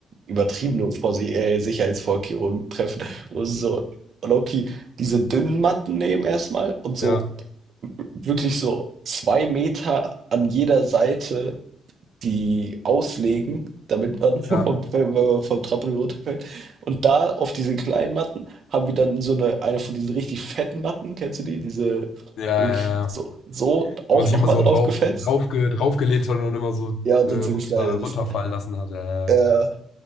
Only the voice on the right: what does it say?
übertriebene Vorsi- äh, Sicherheitsvorkehrungen treffen. Und so, Loki, diese dünnen Matten nehmen erstmal und so
wirklich so zwei Meter an jeder Seite die auslegen, damit man <laughs> vom
wenn man vom Trampolin runterfällt. Und da auf diese kleinen Matten haben wir dann so eine eine von diesen richtig fetten Matten, kennst du die? Diese
wirklich
so so auch
noch
mal
drauf
gefetzt.
Ja, und
dann
so geschneidet
ist.
Ja,